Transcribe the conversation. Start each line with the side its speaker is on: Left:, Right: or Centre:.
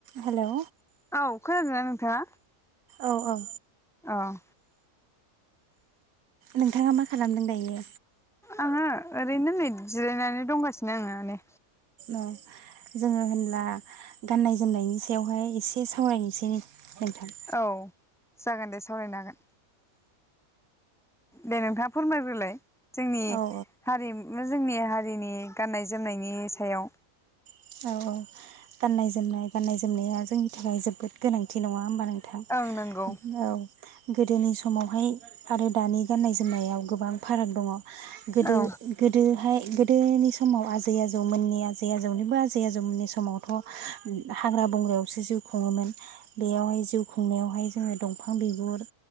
Right: Hello.
Centre: औ खोनादोंना नोंथाङा?
Right: औ औ।
Centre: ओं।
Right: नोंथाङा मा खालामदों दायो?
Centre: आङो ओरैनो नै जिरायनानै दंगासिनो आङो माने।
Right: अ जोङो होनब्ला गाननाय जोमनायनि सायावहाय एसे सावरायनोसै नोंथां?
Centre: औ जागोन दे सावरायनो हागोन, दे नोंथाङा फोरमायग्रोलाय जोंनि
Right: औ
Centre: हारिमु जोंनि हारिनि गाननाय जोमनायनि सायाव?
Right: औ औ गाननाय जोमनाय गाननाय जोम जोमनाया जोंनि थाखाय जोबोद गोनांथि नङा होमबा नोंथां?
Centre: ओं नंगौ
Right: औ गोदोनि समावहाय आरो दानि गाननाय जोमनायाव गोबां फाराग दङ' गोदो
Centre: औ
Right: गोदोहाय गो दोनि समाव आजै आजौमोननि आजै आजौनिबो आजै जै आजौ मोननि समाव हाग्रा बंग्रायावसो जिउ खुङोमोन। बेयावहाय जिउ खुंनायावहाय जोङो दंफां बिगुर